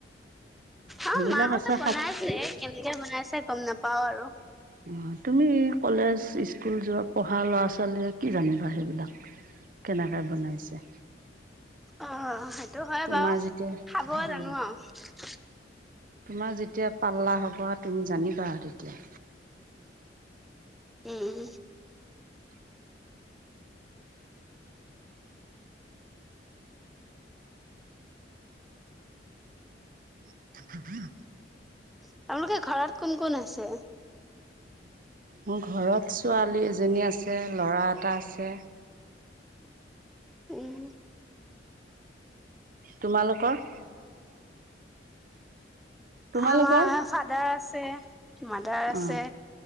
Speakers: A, in the centre; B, on the right (about 50°).
A: আৰু
B: সেইবিলাক
A: মাহঁতে
B: আছে।
A: বনাইছে কেনেকে বনাইছে গম নাপ পাওঁ আৰু।
B: অ তুমি কলেজ, স্কুল যোৱা পঢ়া ল'ৰা- ছোৱালীয়ে কি জানিবা সেইবিলাক কেনেকৈ বনাইছে।
A: অ সেইটো হয়
B: তোমাৰ
A: বাৰু,
B: যেতিয়া
A: খাব
B: অঁ
A: জানো আৰু।
B: তোমাৰ যেতিয়া পাল্লা হ'ব আৰু তুমি জানিবা তেতিয়া।
A: উম।
B: <unintelligible>
A: আপোনালোকে ঘৰত কোন কোন আছে?
B: মোৰ ঘৰত ছোৱালী এজনী আছে, ল'ৰা এটা আছে।
A: উম।
B: তোমালোকৰ? তোমালোকৰ
A: আমাৰ ফাদাৰ আচ আছে। মাদাৰ আছে,
B: অঁ